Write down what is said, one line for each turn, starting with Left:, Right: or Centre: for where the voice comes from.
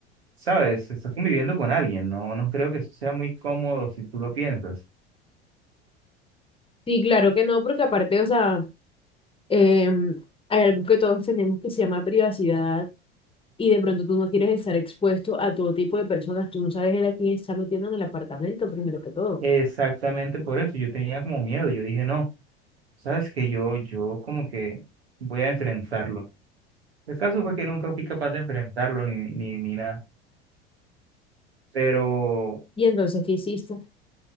Right: sabes, está conviviendo con alguien, no, no creo que eso sea muy cómodo si tú lo piensas.
Left: Sí, claro que no, porque aparte, o sea, em, hay algo que todos tenemos que se llama privacidad y de pronto tú no quieres estar expuesto a todo tipo de personas, tú no sabes el a quién está metiendo en el apartamento, primero que todo.
Right: Exactamente por eso, yo tenía como miedo, yo dije, no, sabes que yo, yo como que voy a enfrentarlo. El caso fue que nunca fui capaz de enfrentarlo ni, ni, ni nada, pero,
Left: Y entonces, ¿qué hiciste?